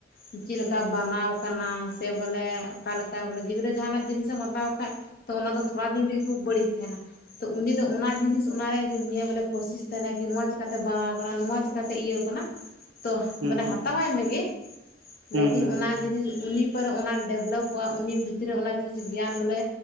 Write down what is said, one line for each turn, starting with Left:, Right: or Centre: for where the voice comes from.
Left: ᱪᱤᱫ ᱞᱮᱠᱟ ᱵᱟᱱᱟᱣ ᱠᱟᱱᱟ ᱥᱮ ᱵᱚᱞᱮ ᱚᱠᱟᱞᱮᱠᱟ ᱵᱚᱞᱮ ᱜᱤᱫᱽᱨᱟᱹ ᱡᱟᱦᱱᱟᱜ ᱡᱤᱱᱤᱥ ᱮᱢ ᱦᱟᱛᱟᱣ ᱠᱷᱟᱡ ᱛᱚ ᱚᱱᱟ ᱫᱚ ᱛᱷᱚᱲᱟ ᱫᱤᱱ ᱨᱮᱜᱮ ᱠᱚ ᱵᱟᱹᱲᱤᱡ ᱛᱟᱦᱮᱱᱟ᱾ ᱛᱚ ᱩᱱᱤ ᱫᱚ ᱚᱱᱟ ᱡᱤᱱᱤᱥ ᱚᱱᱟ ᱨᱮ ᱱᱤᱭᱟᱹ ᱵᱚᱞᱮ ᱠᱳᱥᱤᱥ ᱛᱟᱦᱮᱱᱟᱭ ᱠᱤ ᱱᱚᱣᱟ ᱪᱮᱠᱟᱛᱮ ᱵᱟᱱᱟᱣ ᱟᱠᱟᱱᱟ ᱱᱚᱣᱟ ᱪᱮᱠᱟᱛᱮ ᱤᱭᱟᱹᱣ ᱟᱠᱟᱱᱟ᱾ ᱛᱚᱦ,
Right: ᱦᱩᱸ
Left: ᱢᱟᱱᱮ
Right: ᱦᱩᱸ
Left: ᱦᱟᱛᱟᱣᱟᱭ ᱢᱮᱜᱮ, ᱞᱮᱠᱤᱱ
Right: ᱦᱩᱸ, ᱦᱩᱸ,
Left: ᱚᱱᱟ
Right: ᱦᱩᱸ,
Left: ᱡᱤᱱᱤᱥ ᱩᱱᱤ ᱯᱚᱨ ᱚᱱᱟ ᱰᱮᱵᱽᱞᱚᱯᱚᱜᱼᱟ ᱩᱱᱤ ᱵᱷᱤᱛᱨᱤ ᱨᱮ ᱚᱱᱟ ᱪᱤᱡᱽ ᱜᱮᱭᱟᱱ ᱵᱚᱞᱮ